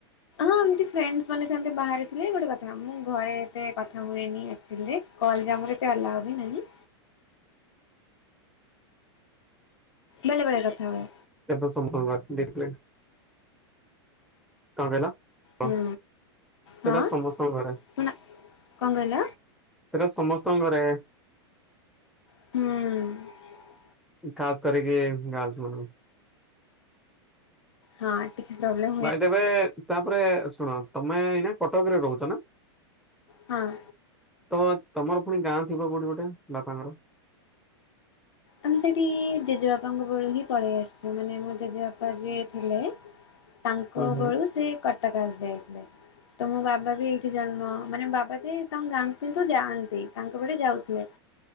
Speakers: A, on the left; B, in the centre.
A: ହଁ ଏମତି ଫେ ମାନେ ଥାନ୍ତେ ବାହାରେ ଗୋଟେ କଥା ମୁଁ ଘରେ ଏତେ କଥା ହୁଏନି ଆକ୍ଚୁଆଲି କଲଜାମର ଏତେ ଅଲାଓ ବି ନାହିଁ ବେଳେ ବଳେ କଥା ହୁଏ
B: ସେଟ ସମ୍ ଦେଖିଲ କଣ କିଲ
A: ହୁଁ
B: ସେଟା
A: ହଁ।
B: ସମସ୍ତଙ୍କ ଘରେ
A: ଶୁଣ କଣ କହିଲ
B: ସେଇଟା ସମସ୍ତଙ୍କ ଘରେ
A: ହୁଁ
B: ଖାସ କରିକ ଗଛ ମାନୁ
A: ହଁ ଟ ପ୍ରବ୍ମ୍
B: ଭାଇ ଦେବେ ତାପରେ ଶୁଣ ତମେ ଏଇ କଟକରେ ରହୁଛ ନା
A: ହଁ
B: ତମର ପୁଣି ଗାଁ ଥିବ କୋଉଠି ଗୋଟେ ବାପାଙ୍କର
A: ଆମେ ସେଠି ଜେଜେବାପାଙ୍କ ବେଳୁ ହିଁ ପଳେଇ ଆସିଛୁ ମାନେ ମୋ ଜେଜେବାପା ଯିଏ ଥିଲେ ତାଙ୍କ
B: ହୁଁ ହୁଁ
A: ବେଳୁ ସେ କଟକ ଆସି ଯାଇଥିଲେ ତ ମୋ ବାବା ବି ଏଇଠି ଜନ୍ମ ମାନେ ବାବା ଯେ ତାଙ୍କ ଗାଁ କିନ୍ତୁ ଯାଆନ୍ତି ତାଙ୍କ ପଟେ ଯାଉଥିଲେ